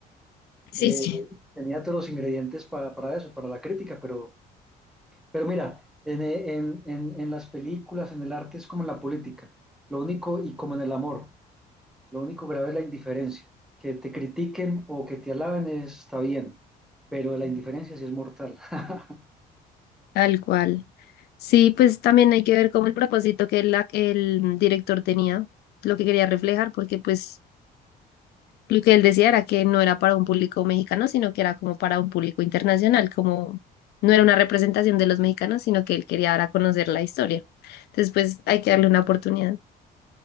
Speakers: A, on the left (about 70°); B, in the centre.
A: Sí,
B: Eh,
A: sí,
B: tenía todos los ingredientes para, para eso, para la crítica, pero, pero mira, en, en, en, en las películas, en el arte es como en la política, lo único y como en el amor. Lo único grave es la indiferencia. Que te critiquen o que te alaben está bien, pero la indiferencia sí es mortal. <laughs>
A: tal cual. Sí, pues también hay que ver cómo el propósito que la- el director tenía, lo que quería reflejar, porque pues Lo que él decía era que no era para un público mexicano, sino que era como para un público internacional, como no era una representación de los mexicanos, sino que él quería dar a conocer la historia. Entonces, pues hay que darle una oportunidad.